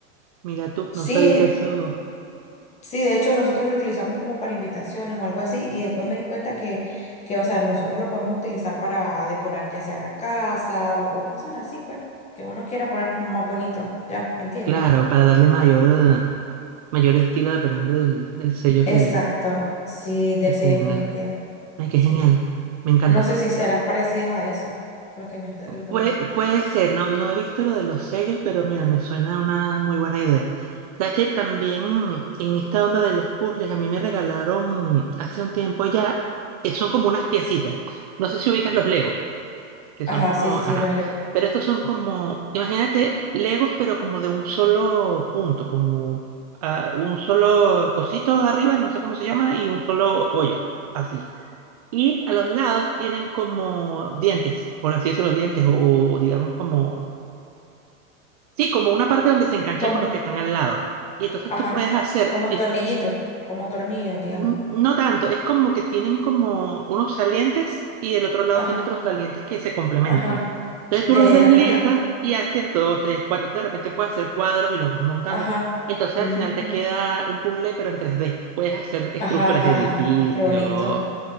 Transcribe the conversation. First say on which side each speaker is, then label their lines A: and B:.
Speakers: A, on the right; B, on the left.
A: Mira tú,
B: Sí,
A: no sabía que eso,
B: Sí, de hecho nosotros lo utilizamos como para invitaciones o algo así y después me di cuenta que, que, o sea, nosotros lo podemos utilizar para decorar ya sea la casa o, o cosas así, pues, que uno quiera poner como más bonito, ¿ya? ¿Me entiendes?
A: claro, para darle mayor, eh, mayor estilo dependiendo del, del sello
B: Exacto,
A: que,
B: sí, del
A: que tenga.
B: sello que uno quiera,
A: Ay, qué
B: sí.
A: genial, me encanta.
B: No sé si serán parecidas a eso, los que me, está- los que
A: Puede,
B: me explicas.
A: puede ser, no, no he visto lo de los sellos, pero mira, me suena una muy buena idea. Sabes que también en esta onda de los puzzles, a mí me regalaron hace un tiempo ya, eh, son como unas piecitas. No sé si ubicas los Legos. que
B: Ajá,
A: son como,
B: sí, sí,
A: ajá,
B: sí, los leo.
A: pero estos son como, imagínate, Legos, pero como de un solo punto, como ah, un solo cosito arriba, no sé cómo se llama, y un solo hoyo, así. Y a los lados tienen como dientes, por así decirlo, dientes, o, o digamos como, sí, como una parte donde se enganchan
B: Como,
A: con los que están al lado. Y entonces
B: ajá,
A: tú puedes hacer
B: como tornillitos, como tornillos, digamos.
A: N- No tanto, es como que tienen como unos salientes y del otro lado
B: Ajá,
A: tiene otros salientes que se complementan.
B: ajá,
A: Entonces tú
B: ya,
A: los
B: ya,
A: deslizas
B: ya, ajá,
A: y haces dos, tres, cuatro. De repente puedes hacer cuadros y los vas montando.
B: ajá.
A: Entonces
B: Mm.
A: al final te queda un puzzle, pero en 3D. Puedes hacer estructuras
B: Ajá, ajá,
A: de edificios,
B: ajá. Qué bonito.